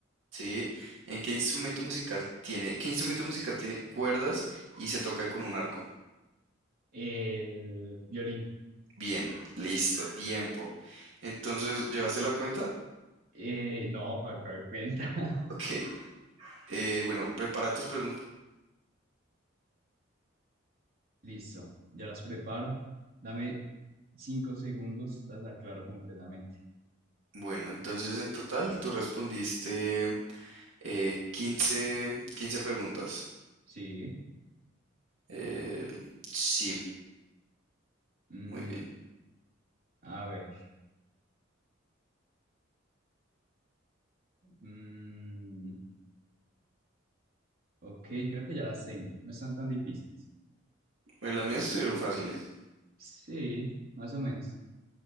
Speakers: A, on the right (about 80°); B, on the right (about 50°).
A: Sí. ¿En qué instrumento musical tiene, qué instrumento musical tiene cuerdas y se toca con un arco?
B: El violín.
A: Bien, listo, tiempo. Entonces, ¿llevaste la cuenta?
B: Eh, no, acá cuenta.
A: Ok. Eh, bueno, prepara tus preguntas.
B: <laughs> Listo. Ya las preparo. Dame cinco segundos. Las aclaro completamente.
A: Bueno, entonces en total tú respondiste eh, 15 15 preguntas.
B: Sí.
A: Eh, sí,
B: Mm,
A: muy bien.
B: a ver. Mm, ok, creo que ya las tengo. No están tan difíciles.
A: Bueno, las mías estuvieron fáciles.
B: Sí, más o menos.